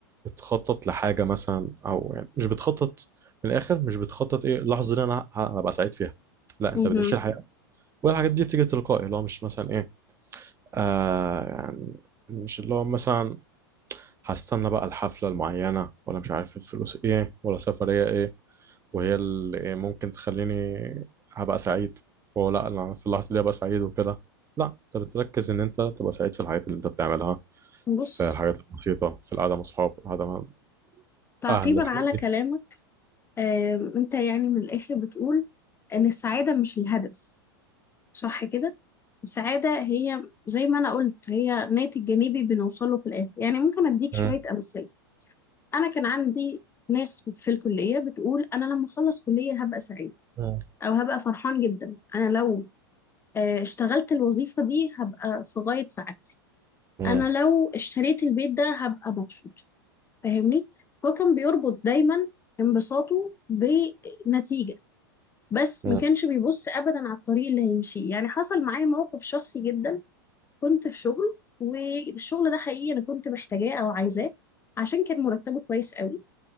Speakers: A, on the right (about 20°); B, on the left (about 20°).
A: بتخطط لحاجة مثلا أو يعني مش بتخطط من الآخر مش بتخطط إيه اللحظة دي أنا ه- هبقى سعيد فيها لا
B: مهم.
A: أنت بتعيش الحياة والحاجات دي بتيجي تلقائي اللي هو مش مثلا إيه آه يعني مش اللي هو مثلا هستنى بقى الحفلة المعينة ولا مش عارف الفلوس ايه ولا سفرية ايه وهي اللي إيه ممكن تخليني هبقى سعيد وهو لا أنا في اللحظة دي هبقى سعيد وكده لا انت بتركز ان انت تبقى سعيد في الحاجات اللي انت بتعملها
B: بص
A: في الحاجات البسيطة في القعدة مع اصحاب القعدة مع
B: تعقيبا
A: اهل الحاجات
B: على كلامك
A: دي
B: أه انت يعني من الاخر بتقول ان السعادة مش الهدف صح كده السعادة هي زي ما انا قلت هي ناتج جانبي بنوصله في الاخر يعني ممكن اديك
A: مم.
B: شوية امثلة انا كان عندي ناس في الكليه بتقول انا لما اخلص كليه هبقى سعيد
A: مم.
B: او هبقى فرحان جدا انا لو آه، اشتغلت الوظيفه دي هبقى في غايه سعادتي
A: مم.
B: انا لو اشتريت البيت ده هبقى مبسوط فاهمني فهو كان بيربط دايما انبساطه بنتيجه بس
A: مم.
B: ما كانش بيبص ابدا على الطريق اللي هيمشيه يعني حصل معايا موقف شخصي جدا كنت في شغل والشغل ده حقيقي انا كنت محتاجاه او عايزاه عشان كان مرتبه كويس قوي